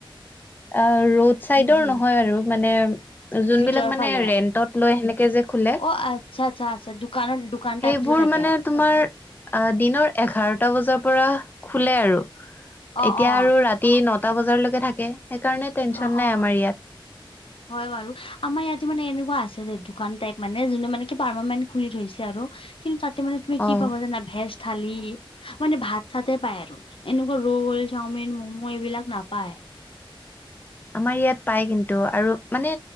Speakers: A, on the left (about 20°); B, on the left (about 80°).
A: অ', ৰোড চাইডৰ
B: হম হম
A: নহয় আৰু মানে, যোনবিলাক
B: ভিতৰৰ
A: মানে
B: ফালে
A: ৰেন্টত লৈ সেনেকে যে খোলে।
B: অ আচ্ছা আচ্ছা আচ্ছা দোকানৰ দোকান টাইপ
A: সেইবোৰ
B: যে থাকে
A: মানে তোমাৰ অ', দিনৰ এঘাৰটা বজাৰ পৰা খোলে আৰু
B: অ
A: এতিয়া
B: অ
A: আৰু ৰাতি ৰাতি নটা বজালৈকে থাকে সেইকাৰণে টেনচন
B: অ
A: নাই
B: অ
A: আমাৰ ইয়াত।
B: হয়, বাৰু আমাৰ ইয়াতে মানে এনেকুৱা আছে দেই দোকান টাইপ মানে যোনে মানে কি পাৰ্মানেণ্ট খুলি থৈছে আৰু কিন্তু তাতে মানে তুমি
A: অ
B: কি পাবা জানা ভেজ থালি, মানে ভাত চাত পায় আৰু'। এনেকুৱা ৰোল, চাওমিন, ম'ম' এইবিলাক নাপায়।
A: আমাৰ ইয়াত পাই কিন্তু আৰু মানে